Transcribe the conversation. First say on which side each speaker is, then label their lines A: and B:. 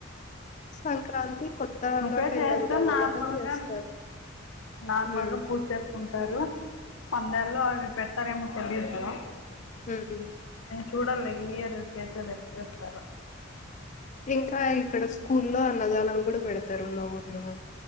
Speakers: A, on the left (about 35°); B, on the left (about 75°).
A: సంక్రాంతి కొత్తగా
B: ఉకే
A: పెళ్ళయిండే
B: చేస్తే
A: వాళ్ళకని
B: నార్మల్
A: చేస్తారు
B: గా నార్మల్
A: ఉమ్
B: గా పూజ చేసుకుంటారు పందేళ్ళ అవి పెడతారేమో తెలిదు కదా
A: హమ్
B: చూడాలి ఈయర్ కేసలు ఎచ్చస్తారో
A: ఇంకా ఇక్కడ స్కూలో అన్నదానం కూడా పెడతారు మా ఊర్లో